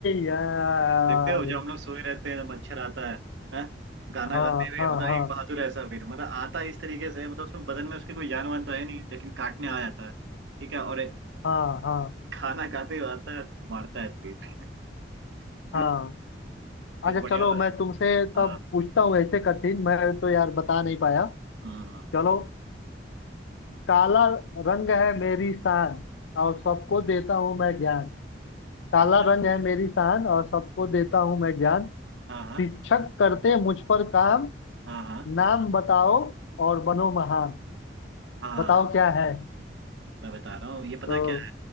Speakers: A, on the left; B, on the right.
A: यार
B: देखते हो जब हम लोग सोए रहते हैं मच्छर आता है हैं? गाना
A: हाँ
B: गाते हुए
A: हाँ
B: मतलब
A: हाँ
B: एक बहादुर ऐसा फिर मतलब आता है इस तरीके से मतलब उसमें बदन में उसकी कोई जान वान तो है नहीं लेकिन काटने आ जाता है ठीक है और
A: हाँ हाँ
B: खाना खाते हुए आता है तो मारता है फिर
A: हाँ
B: <laughs> क्या
A: अच्छा
B: बढ़िया
A: चलो
B: था
A: मैं तुमसे
B: हाँ
A: तब पूछता हूँ ऐसे कठिन मैं तो यार बता नहीं पाया
B: हाँ हाँ।
A: चलो काला रंग है मेरी शान और सबको देता हूँ मैं ज्ञान काला
B: अच्छा
A: रंग है मेरी शान और सबको देता हूँ मैं ज्ञान
B: हाँ हाँ
A: शिक्षक करते मुझ पर काम
B: हाँ हाँ
A: नाम बताओ और बनो महान
B: हाँ
A: बताओ क्या है
B: मैं बता रहा हूँ ये पता
A: तो
B: क्या